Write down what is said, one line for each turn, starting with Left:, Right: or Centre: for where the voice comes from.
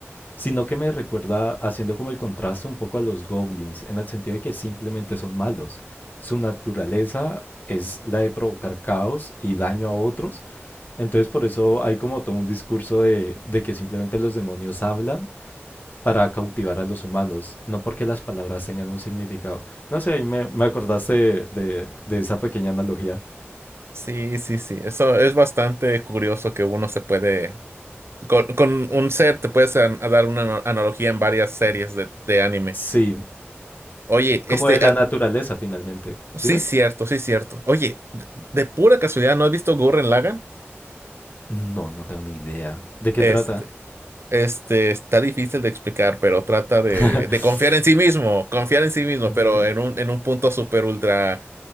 Left: sino que me recuerda haciendo como el contraste un poco a los goblins, en el sentido de que simplemente son malos. Su naturaleza es la de provocar caos y daño a otros, entonces por eso hay como todo un discurso de, de que simplemente los demonios hablan para cautivar a los humanos, no porque las palabras tengan un significado. No sé, ahí me, me acordaste de, de- de esa pequeña analogía.
Right: Sí, sí, sí. Eso es bastante curioso que uno se puede... Con, con un ser te puedes an- a dar una ano- analogía en varias series de, de anime.
Left: Sí,
Right: Oye, este...
Left: como de la
Right: ah,
Left: naturaleza finalmente.
Right: sí,
Left: Dime.
Right: cierto, sí, cierto. Oye, de, de pura casualidad, ¿no has visto Gurren Lagann?
Left: No, no tengo ni idea. ¿De qué
Right: Este,
Left: trata?
Right: Este, está difícil de explicar, pero trata de,
Left: <laughs>
Right: de confiar en sí mismo, confiar en sí mismo,
Left: Ujú,
Right: pero en un, en un punto super ultra,